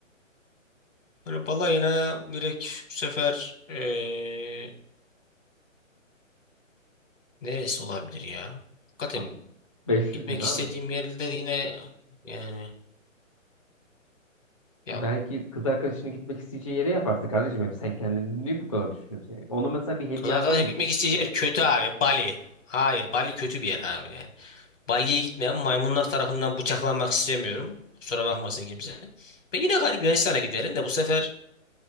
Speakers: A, on the left; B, on the left.
A: böyle balayına direkt bu sefer e, neresi olabilir ya? Hakikaten
B: Bak 500
A: gitmek
B: bin abi.
A: istediğim yerde yine yani ya
B: Belki kız arkadaşının gitmek isteyeceği yere yaparsın kardeşim. Hep sen kendini niye bu kadar düşünüyorsun? Yani Ona mesela bir hediye
A: Kız arkadaşım
B: almaz mısın?
A: gitmek isteyeceği
B: Ne?
A: yer kötü abi. Bali. Hayır, Bali kötü bir yer abi yani. Bali'ye gitmeyen maymunlar tarafından bıçaklanmak istemiyorum. Kusura bakmasın kimse. Ben yine galiba Yunanistan'a giderim de bu sefer